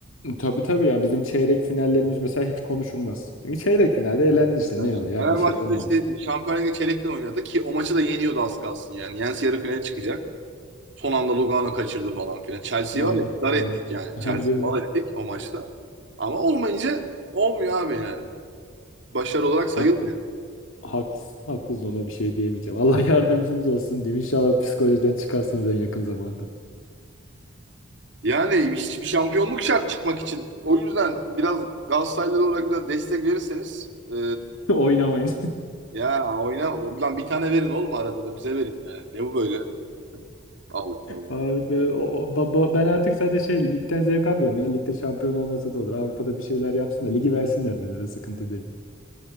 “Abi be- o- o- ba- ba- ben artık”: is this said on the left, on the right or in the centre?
Left